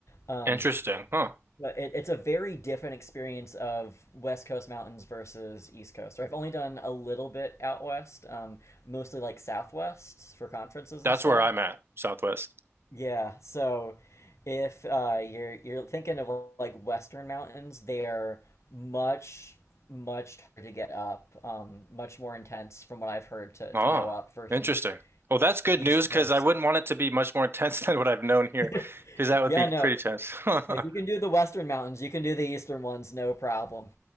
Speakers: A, on the left (about 70°); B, on the right (about 50°).
A: Um,
B: Interesting, huh?
A: but it, it's a very different experience of West Coast mountains versus East Coast. Or I've only done a little bit out west, um, mostly like Southwest for conferences
B: That's
A: and stuff.
B: where I'm at, Southwest.
A: Yeah, so if uh, you're you're thinking of like Western mountains, they are much much harder to get up, um, much more intense from what I've heard to
B: Oh,
A: to go up versus
B: interesting. Well, that's good
A: East
B: news because
A: Coast.
B: I wouldn't want it to be much more intense <laughs> than what I've known here,
A: <laughs>
B: because that would
A: Yeah,
B: be pretty
A: no.
B: tense. <laughs>
A: If you can do the western mountains, you can do the eastern ones, no problem.